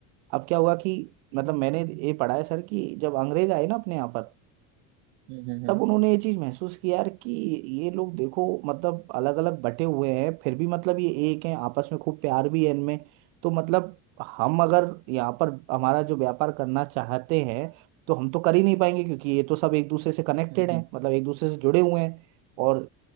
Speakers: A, on the right; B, on the right.
A: अब क्या हुआ कि मतलब मैंने ये पढ़ा है सर कि जब अंग्रेज आए ना अपने यहाँ पर
B: हम्म हम्म हम्म
A: तब
B: हम्म
A: उन्होंने ये चीज महसूस किया यार कि ये लोग देखो मतलब अलग अलग बटे हुए हैं फिर भी मतलब ये एक हैं आपस में खूब प्यार भी है इनमें तो मतलब हम अगर यहाँ पर हमारा जो व्यापार करना चाहते हैं तो हम तो कर ही नहीं पाएंगे क्योंकि ये तो सब एक दूसरे से कनेक्टेड
B: हम्म
A: हैं
B: हम्म
A: मतलब एक दूसरे से जुड़े हुए हैं और